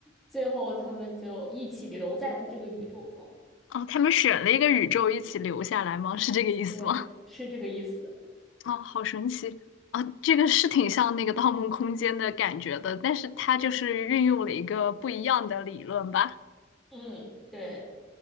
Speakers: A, in the centre; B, on the left.
A: 最后他们就一起留在了这个宇宙中。
B: 哦，他们选了一个宇宙一起留下来吗？是这个意思吗？
A: 对，是这个意思。
B: 哦，好神奇啊！这个是挺像那个《盗梦空间》的感觉的，但是它就是运用了一个不一样的理论吧。
A: 嗯嗯，对。